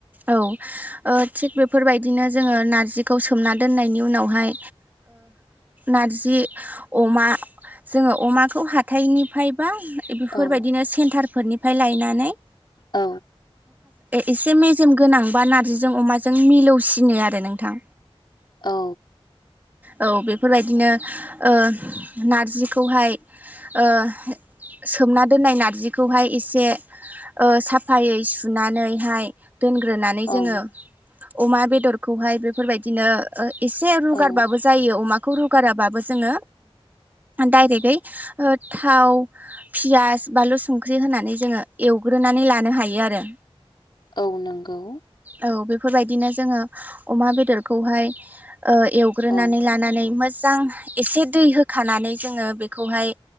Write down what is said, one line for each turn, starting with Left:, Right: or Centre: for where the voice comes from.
Right: औ ओ थिग बेफोरबायदिनो जोङो नारजिखौ सोमना दोननाय बेनि उनावहाय नारजि, अमा जोङो अमाखौ हााइनिफ्राय बा बेफोरबायदिनो
Left: औ
Right: सेन्टारफोरनिफ्राय लायनानै
Left: औ
Right: एसे मेजेम गोनांबा नारजिजों, अमाजों जों मिलौसिनो आरो नोंथां
Left: औ।
Right: औ बेफोरबायदिनो ओ नारजिखौहाय ओ सोमना दोननाय नारजिखौ बेखौहाय एसे ओ साफायै सुनानैहाय दोनग्रोनानै
Left: औ
Right: जोङो अमा बेदरखौहाय बेफोर बायदिनो एसे रुगारबाबो
Left: औ
Right: जायो अमाखौ। खौ रुगाराबाबो जोङो डाइरेक्टयै थाव पियास बानलु संख्रि होनानै जोङो एवग्रोनानै लानो हायो आरो।
Left: औ नंगौ।
Right: औ बेफोरबायदिनो जोङो अमा बेदरखौहाय ओ एवग्रोनानै
Left: औ
Right: लानानै मोजां मोजां एसे दै होखानानै जोङो बेखौहाय